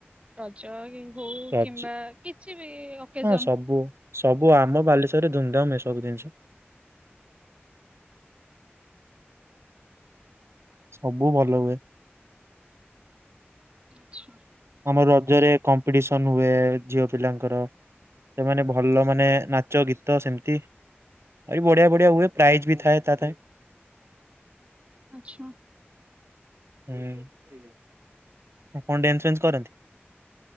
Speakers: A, on the right; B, on the right.
A: ରଜ କି ହଉ
B: ରଜ
A: କିମ୍ବା କିଛି ବି ଓକେଜନ।
B: ହଁ ସବୁ ସବୁ ଆମ ବାଲେଶ୍ଵରରେ ଧୁମଧାମରେ ସବୁ ଜିନିଷ। ସବୁ ଭଲ ହୁଏ।
A: ଆଚ୍ଛା।
B: ହଁ ରଜରେ କମ୍ପିଟିସନ ହୁଏ, ଝିଅ ପିଲାଙ୍କର ସେମାନେ ଭଲ ମାନେ ନାଚ ଗୀତ ସେମତି ଆହୁରି ବଢିଆ ବଢିଆ ହୁଏ। ପ୍ରାଇଜ୍ ବି ଥାଏ ତା ପାଇଁ।
A: ଆଚ୍ଛା।
B: ହୁଁଉ। କଣ ଡ୍ୟାନ୍ସ ଫ୍ୟାନ୍ସ କରନ୍ତି?